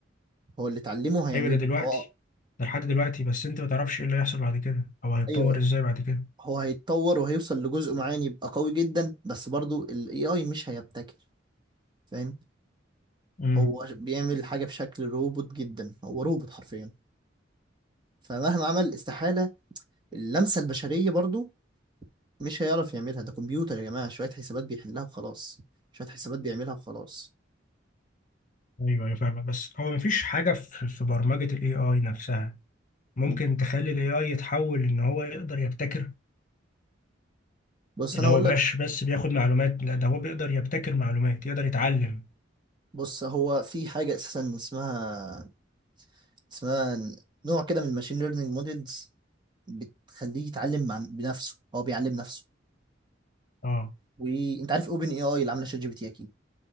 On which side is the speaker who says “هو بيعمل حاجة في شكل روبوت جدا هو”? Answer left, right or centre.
Right